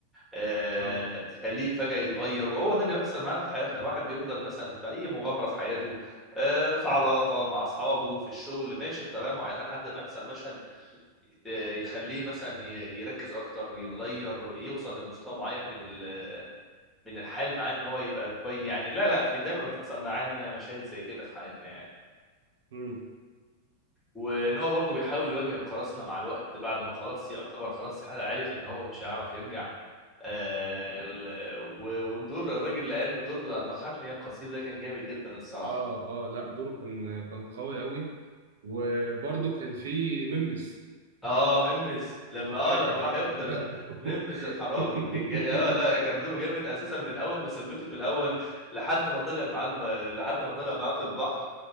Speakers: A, in the centre; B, on the right.
A: آه،
B: اه
A: تخليه فجأة يتغير وهو ده اللي بيحصل معانا في حياتنا الواحد بيفضل مثلا بأي مغامرة في حياته آه، في علاقة مع أصحابه في الشغل ماشي بطريقة معينة لحد ما يحصل مشهد آه، يخليه مثلا ي- يركز أكتر يتغير يوصل لمستوى معين من ال- من الحال مع إن هو يبقى كويس يعني لا لا في دايما بتحصل معانا مشاهد زي كده في حياتنا يعني
B: امم
A: ونوع برضه بيحاول يواجه القراصنة مع الوقت بعد ما خلاص يعتبر خلاص عارف ان هو مش هيعرف يرجع آه، ال- و- والدور الراجل اللي قام بدور ضحكني يا القصير ده كان جامد جدا الصراحة
B: اه اه لا دوره كان كان قوي قوي وبرده كان في ممس
A: اه ممس لما
B: لو فاكر
A: اه لما راح
B: اه
A: يفطر لا ممس الحرامي
B: <laughs>
A: كان جاي اه لا كان دوره جامد اساسا من اول ما ثبته في الاول لحد ما طلع معاه الب... لحد ما طلع معاه في البحر